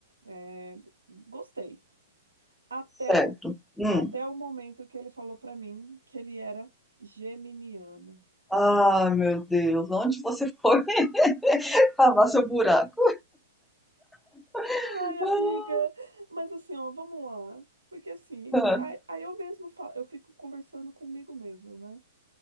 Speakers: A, on the right (about 80°); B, in the centre.
A: é, gostei. Até,
B: certo. Hum.
A: até o momento que ele falou para mim que ele era geminiano.
B: Ah, meu Deus. Onde você foi <laughs> cavar seu buraco? <laughs>
A: Ai, amiga, mas assim, ó, vamos lá. Porque assim,
B: Ah,
A: aí,
B: ah,
A: aí eu mesmo falo, eu fico conversando comigo mesmo, né?